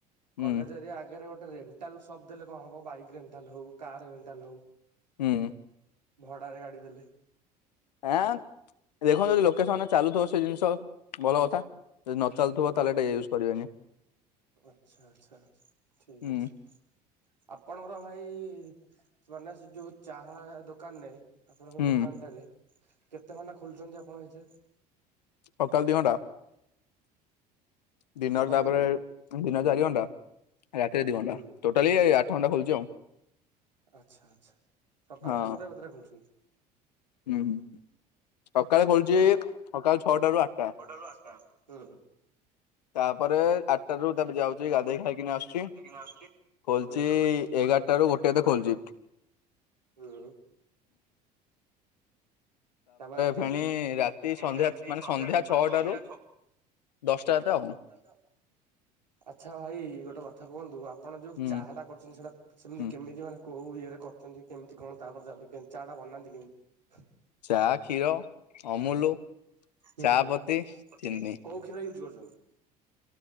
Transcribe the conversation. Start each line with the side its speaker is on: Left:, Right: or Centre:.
Left: ହୁଁ
Right: କଲେଜ୍ ଏରିଆ ଆଗରେ ଗୋଟେ ରେଣ୍ଟାଲ୍ ସପ୍ ଦେଲେ କଣ ହବ ବାଇକ ରେଣ୍ଟାଲ୍ ହଉ କାର ରେଣ୍ଟାଲ ହଉ
Left: ହୁଁ
Right: ଭଡ଼ାରେ ଗାଡ଼ି ଦେଲେ
Left: ହଁ ଦେଖନ୍ତୁ ଯଦି ଲୋକସନରେ ଚାଲୁଥିବ ସେ ଜିନିଷ ଭଲ କଥା ଯଦି ନ ଚାଲଥିବ ତାହେଲେ ଏଟା ୟୁଜ୍ କରିବାନି
Right: ଆଛା ଆଚ୍ଛା ଠିକ୍
Left: ହୁଁ
Right: ଅଛି ଆପଣଙ୍କର ଭାଇ ମାନେ ସେ ଯୋଉ ଚାହା ଦୋକାନରେ ଆପଣଙ୍କ
Left: ହୁଁ
Right: ଦୋକାନଟାରେ କେତେ ଘଣ୍ଟା ଖୋଲୁଛନ୍ତି ଆପଣ ସେଇଥି
Left: ସକାଳେ ଦି ଘଣ୍ଟା ଦିନରେ
Right: ସକାଳୁ
Left: ତାପରେ
Right: ଦି ଘଣ୍ଟା
Left: ଦିନରେ ଚାରି ଘଣ୍ଟା ରାତିରେ ଦି ଘଣ୍ଟା
Right: ହୁଁ
Left: ଟୋଟାଲି ଆଠ ଘଣ୍ଟା ଖୋଲୁଛି ଆଉ
Right: ଆଚ୍ଛା ଆଚ୍ଛା ସକାଳୁ
Left: ହଁ
Right: କେତେଟା ଭିତରେ ଖୋଲୁଛନ୍ତି
Left: ହୁଁ ସକାଳେ ଖୋଳୁଛି ସକାଳ ଛଅଟା ରୁ ଆଠଟା
Right: ଛଅଟା ରୁ ଆଠ ଟା ହିଁ
Left: ତାପରେ ଆଠଟା ରୁ ତାପରେ ଯାଉଛି ଗାଧୋଇକି ଖାଇକିନା ଆସୁଛି
Right: କିନା ଆସୁଛି।
Left: ଖୋଲୁଛି
Right: ହୁଁ
Left: ଏଗାରଟା ରୁ ଗୋଟେ ଭିତରେ ଖୋଲୁଛି
Right: ହୁଁ। ତାପରେ ରାତି
Left: ଫେଣି ରାତି ସନ୍ଧ୍ୟା
Right: ରାତି
Left: ମାନେ
Right: ସନ୍ଧ୍ୟା
Left: ଛଅଟାରୁ
Right: ମାନେ ସନ୍ଧ୍ୟା ଛଅ
Left: ଦଶଟା ତ
Right: ଦଶ ଟା ତ ଆଚ୍ଛା ଭାଇ ଗୋଟେ କଥା କୁହନ୍ତୁ ଆପଣ ଯୋଉ
Left: ହୁଁ
Right: ଚାହା ଟା କରୁଛନ୍ତି ସେଇଟା ସେମିତି
Left: ହୁଁ।
Right: କେମିତି ମାନେ କୋଉ ଇଏରେ କରୁଛନ୍ତି କେମିତି କଣ ତାପରେ ତାପରେ କେମତି ଚା ଟା ବନାନ୍ତି କେମିତି
Left: ଚା କ୍ଷୀର ଅମୁଲୁ
Right: ହୁଁ
Left: ଚା ପତି ଚିନି
Right: କୋଉ କ୍ଷୀର ୟୁଜୁ କରୁଛନ୍ତି